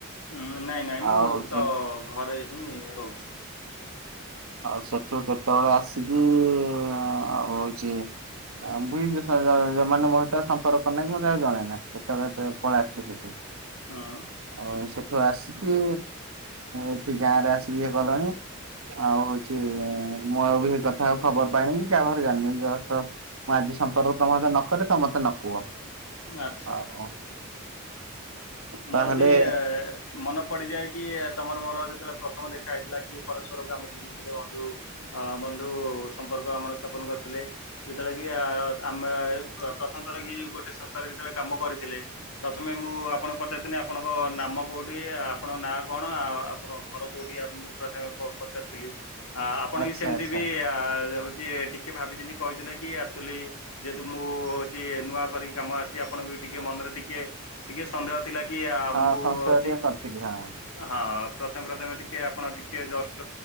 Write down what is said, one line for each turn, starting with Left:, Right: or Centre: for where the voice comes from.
Left: ଉ ନାଇଁ ନାଇଁ ମୁଁ
Right: ଆଉ ହଉଛି
Left: ତ ଘରେ ହିଁ ରହୁଛି।
Right: ଆଉ ସେଠୁ କେତେବେଳେ ଆସିକି ଆଉ ହଉଛି <unintelligible> ମୋର ତାର ସମ୍ପର୍କ ନାହିଁ ମତେ ଆକୁ ଜଣେଇନି କେତେବେଳେତେ ପଳେଇ ଆସୁୁ। <inaudible>
Left: ହଁ।
Right: ଆଉ ସେଠୁ ଆସିକି ଏଠି ଗାଁରେ ଆସିକି ଇଏ କଲଣି ଆଉ ହଉଛି ମୁଁ ଆଉ ବି ହେଇ କଥା ଆଉ ଖବର ପାଇନି କି କାହାଘରେ ଜାଣିନି। ମୁଁ ଆଜି ସମ୍ପର୍କ ତମ ସାଥେ ନକରେ ତମେ ମତେ ନ କୁହ
Left: ଆଚ୍ଛା।
Right: ଆଉ
Left: ମୋର
Right: ତାହେଲେ
Left: ବି ମନେ ପଡିଯାଏ କି ତମର ମୋର ଯେତେବେଳେ ପ୍ରଥମ ଦେଖା ହେଇଥିଲା କି ପରସ୍ପରକୁ ଆମେ ଚିହ୍ନିଥିଲେ ବନ୍ଧୁ। ଅ ବନ୍ଧୁ ସମ୍ପର୍କ ଆମର ସ୍ଥାପନ କରିଥିଲେ। ଯେତେବେଳେ କି ଆମେ ପ୍ରଥମଥର କି ଗୋଟେ ସଂସ୍ଥାରେ ଯେତେବେଳେ କାମ କରିଥିଲେ। ପ୍ରଥମେ ମୁଁ ଆପଣ ପଚାରିଥିଲି ଆପଣଙ୍କ ନାମ କୋଉଠି ଆପଣଙ୍କ ନାଁ କଣ ଆଉ ଆପଣଙ୍କ ଘର କୋଉଠି ମୁଁ ପ୍ରଥମେ ପଚାରିଥିଲି ଆ ଆପଣ
Right: ଆଚ୍ଛା
Left: ବି ସେମିତି
Right: ଆଚ୍ଛା
Left: ବି ହଉଛି ଟି କେ ଭାବିଚିନ୍ତି କହିଥିଲେ କି ଆକ୍ଚୁଆଲି ଯେହେତୁ ମୁଁ ହଉଛି ନୂଆ କରିି କାମ ଆସିଛି ଆପଣଙ୍କୁ ବି ଟିକେ ମନରେ ଟିକେ ଟିକେ ସନ୍ଦେହ କିଆ
Right: ହଁ
Left: ମୁଁ
Right: ସଂଶୟ
Left: ଅଛି।
Right: ଟିକେ କରିଥିଲି ହଁ
Left: ହଁ ପ୍ରଥମେ ପ୍ରଥମେ ଟିକେ ଆପଣ ଟିକେ ଜଷ୍ଟ